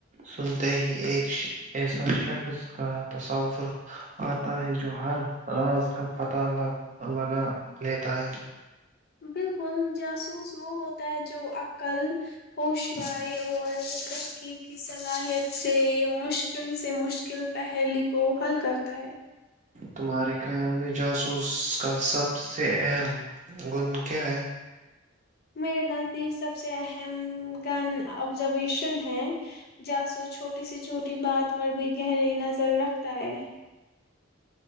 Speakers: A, on the right; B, on the left.
A: سنتے ہی ایک ایسا شخص کا تصور آتا ہے جو ہر راز کا پتہ لگا لیتا ہے
B: بالکل جاسوس وہ ہوتا ہے جو عقل ہوشیاری اور ترقی کی صلاحیت سے مشکل سے مشکل پہرل کو حل کرتا ہے
A: تمہارے خیال میں جاسوس کا سب سے اہم گن کیا ہے
B: میرے نزدیک سب سے اہم گن آبزرویشن ہے جاسو چھوٹی سے چھوٹی بات پر بھی گہری نظر رکھتا ہے